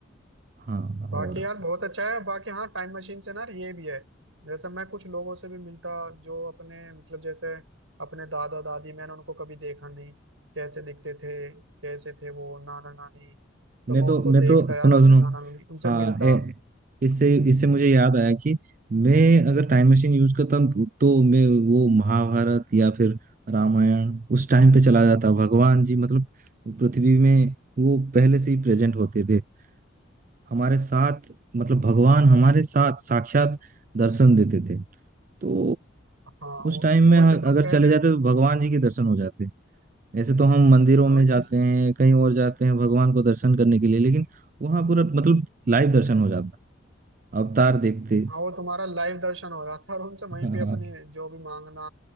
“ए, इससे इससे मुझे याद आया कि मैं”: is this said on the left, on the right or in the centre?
Right